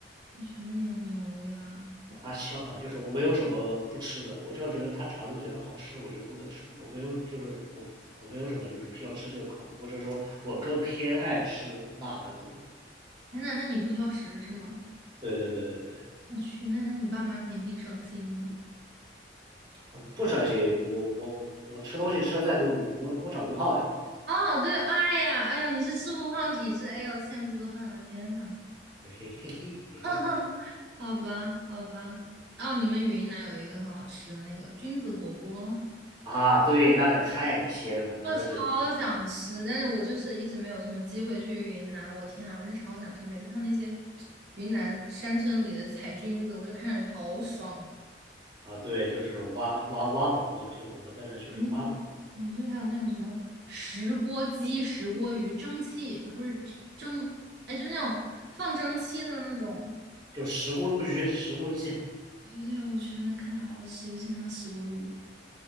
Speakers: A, on the right; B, on the right.
A: 我觉得你好牛呀！
B: 它香啊，就是我没有什么不吃的，我只要觉得他肠子觉得好吃，我就都能吃。我没有，就是我我没有什么就是偏要吃这个口味，我只是说我更偏爱吃辣的口味。
A: 天呐，那你不挑食是吗？
B: 对对对对对对，
A: 我去，那那你爸妈肯定挺省心的。
B: 嗯，不省心。我我我吃东西吃的再多，我我长不胖呀。<laughs>
A: 哦，对，哎呀，哎呀，你是吃不胖体质，哎呦，羡慕嫉妒恨我的天呐，
B: 嘿嘿嘿嘿。
A: <laughs> 好吧，好吧。哦，你们云南有一个很好吃的那个菌子火锅，
B: 啊，对，那可太鲜了，那那是
A: 我超想吃，但是我就是一直没有什么机会去云南。我天啊，我真超想吃！我每次看那些云南山村里的采菌子，我就看着好爽。
B: 啊，对，就是挖挖挖宝嘛，就是我们在那就是挖宝，
A: 那对，就还有那种什么石锅鸡、石锅鱼、蒸汽，呃不是是蒸，哎，就那种放蒸汽的那种。
B: 就石锅鱼、石锅鸡，
A: 觉得我去那看着好好吃，尤其那个石锅鱼，